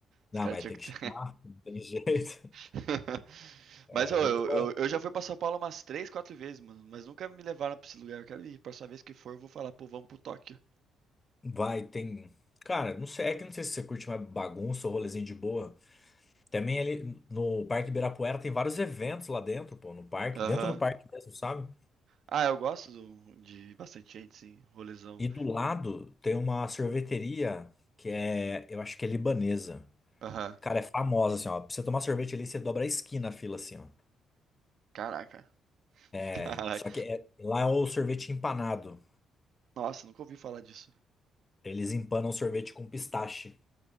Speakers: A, on the right (about 65°); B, on the left (about 25°).
A: Os
B: Não,
A: caras
B: mas
A: tinham
B: tem
A: que
B: que
A: ter.
B: chegar, <laughs> não tem jeito.
A: <laughs>
B: É,
A: Mas ô, eu,
B: ou-
A: eu,
B: ou é-
A: eu já fui pra São Paulo umas três, quatro vezes, mano. Mas nunca me levaram pra esse lugar. Eu quero ir. Próxima vez que for, eu vou falar, pô, vamos pro Tóquio.
B: vai, tem. Cara, não sei, é que não sei se você curte mais bagunça ou rolezinho de boa. Também ali no Parque Ibirapuera tem vários eventos lá dentro, pô, no parque,
A: Aham.
B: dentro do parque mesmo, sabe?
A: Ah, eu gosto do- de bastante gente, sim. Rolezão.
B: E do lado tem uma sorveteria que é, eu acho que é libanesa.
A: Aham.
B: Cara, é famosa, assim, ó. Pra você tomar sorvete ali, você dobra a esquina a fila, assim, ó.
A: Caraca. <laughs>
B: É,
A: Caraca.
B: Só que é- lá é o sorvete empanado.
A: Nossa, nunca ouvi falar disso.
B: Eles empanam sorvete com pistache.